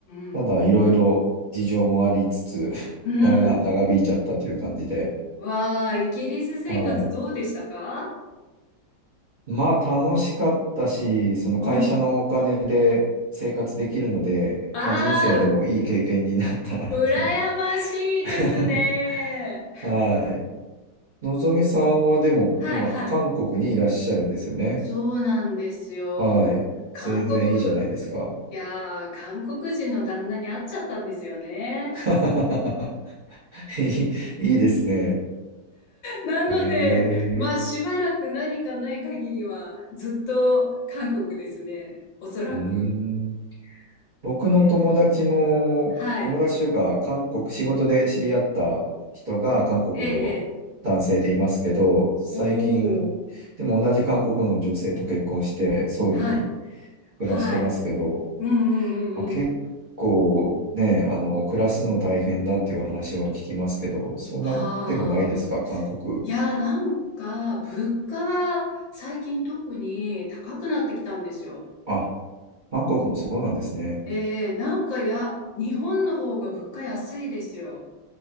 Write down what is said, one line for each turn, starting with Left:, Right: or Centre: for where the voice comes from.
Left: うん
Right: ただ、いろいろ事情もありつつ、<laughs>
Left: うん。
Right: 長、
Left: うん。
Right: 長引いちゃったという感じで。
Left: わあ、イギリス生活どうでしたか
Right: はい。まあ楽しかったし、その会社のお金で生活できるので、
Left: うん。ああ、
Right: まあ人生でもいい経験になったなという。
Left: う、う、羨ましいですね。
Right: <laughs> はい。のぞみさんはでも今韓国にいらっしゃるんですよね。
Left: はいはい。そうなんですよ。
Right: はい。
Left: 韓国、
Right: 全然いいじゃないですか。
Left: いやー、韓国人の旦那に会っちゃったんですよね。
Right: <laughs> いい、いいですね。
Left: なので、
Right: へ
Left: まあしばらく何かない限りはずっと韓国ですね。
Right: え。
Left: おそらく。
Right: うーん。僕の友達も、
Left: ねはい。
Right: 友達というか、韓国、仕事で知り合った人が韓国の男性でいますけど、
Left: ええ、ええ。
Right: 最近、
Left: おお。
Right: でも同じ韓国の女性と結婚して、ソウルに
Left: はい。はい。
Right: 暮らしてますけど、
Left: うんうんうんうん。
Right: まあ、結構ね、あの、暮らすの大変だっていう話は聞きますけど、そんなでもないですか、
Left: ああ。
Right: 韓国。
Left: いや、なんか、物価は最近特に高くなってきたんですよ。
Right: あ、韓国もそうなんですね。
Left: ええ、なんかや、日本の方が物価安いですよ。